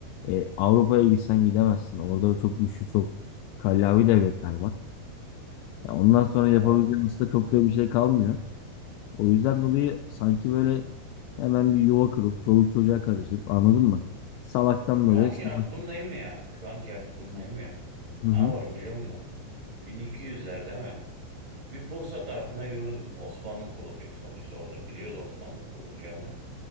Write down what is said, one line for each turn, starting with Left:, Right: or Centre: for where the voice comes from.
Left: E, Avrupa'ya gitsen gidemezsin. Orada çok güçlü çok kallavi devletler var. E, ondan sonra yapabileceğin
Right: Evet.
Left: aslında çok da bir şey kalmıyor. O yüzden dolayı sanki böyle hemen bir yuva kurup çoluk çocuğa karışıp anladın mı? Salaktan böyle
Right: Şu anki
Left: savaş-
Right: aklımdayım ya. Şu anki aklımdayım ya.
Left: Hı hı.
Right: Ne yaparım biliyor musun? 1200'ler değil mi? Bir Bursa tarafına yürürdüm. Osmanlı kurulacak sonuçta orada. Biliyoruz Osmanlı'nın kurulacağını.